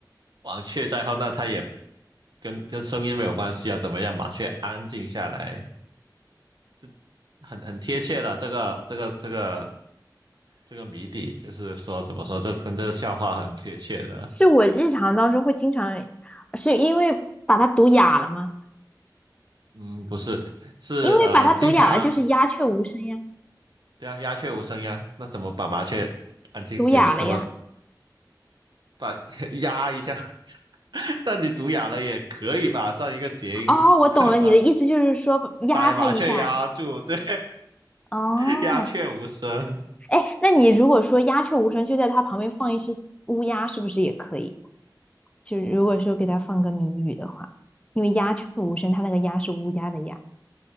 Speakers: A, on the right; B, on the left.
A: 王雀在后，那它也跟跟声音没有关系啊。怎么样，麻雀安静下来，是很很贴切的。这个这个这个这个谜底，就是说怎么说，这跟这个笑话很贴切的。
B: 是我日常当中会经常，是因为把它读哑了吗？
A: 嗯，不是，是呃，
B: 因为把它读哑了，
A: 经常
B: 就是鸦雀无声呀。
A: 对啊，鸦雀无声呀，那怎么把麻雀安静，
B: 毒哑了呀。
A: 就是怎么把 <laughs> 压一下？<laughs> 那你读哑了也可以吧，算一个谐音吧，
B: 哦，我懂了，
A: <laughs>
B: 你的意思就是说压他一下。
A: 把把麻雀压住，对，
B: 哦，
A: <laughs> 鸦雀无声。
B: 哎，那你如果说鸦雀无声，就在他旁边放一只乌鸦，是不是也可以？就是如果说给他放个谜语的话，因为鸦雀无声，它那个鸦是乌鸦的鸦。